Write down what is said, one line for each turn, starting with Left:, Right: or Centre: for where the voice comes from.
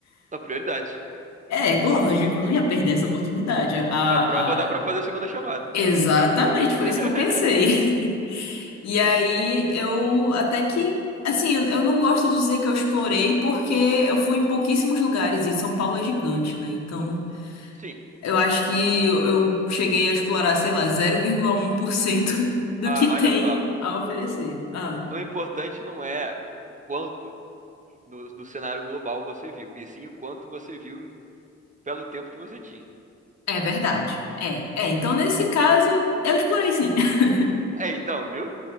Right: a prioridade.
Left: É, lógico, não ia perder essa oportunidade. A,
Right: A prova dá pra
Left: a...
Right: fazer segunda chamada.
Left: Exatamente, foi
Right: <laughs>
Left: isso que eu pensei. <laughs> E aí eu até que, assim, eu eu não gosto de dizer que eu explorei, porque eu fui em pouquíssimos lugares e São Paulo é gigante, né? Então.
Right: Sim,
Left: Eu acho que eu eu cheguei a explorar, sei lá, 0,1% <laughs> do
Right: ah,
Left: que tem
Right: olha só.
Left: a oferecer. Ah,
Right: O importante não é o quanto no, no cenário global você viu, e sim o quanto você viu pelo tempo que você tinha.
Left: é verdade. É, é. Então, nesse caso, eu explorei sim. <laughs>
Right: É, então, viu?